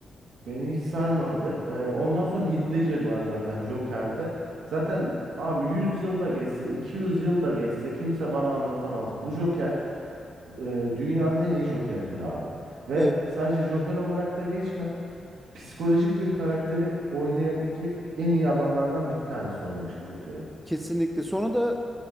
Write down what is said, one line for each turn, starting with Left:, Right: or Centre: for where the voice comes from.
Right: Beni hiç sarmadı. Ee, ondan sonra Heath Ledger var zaten Joker'de. Zaten abi 100 yılda geçse, 200 yılda geçse kimse bana anlatamaz. Bu Joker e, dünyanın en iyi Joker'dir abi. Ve
Centre: Evet,
Right: sadece Joker olarak da geçme. Psikolojik bir karakteri oynayabilecek en iyi adamlardan bir tanesi oynamış bu Joker'i.
Centre: kesinlikle. Sonra da